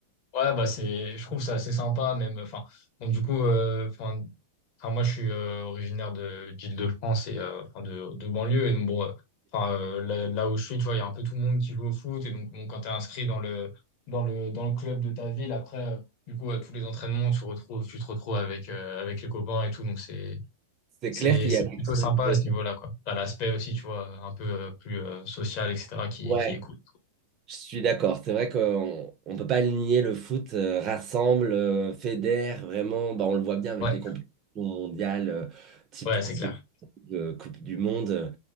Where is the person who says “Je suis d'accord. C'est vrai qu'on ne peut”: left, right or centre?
Right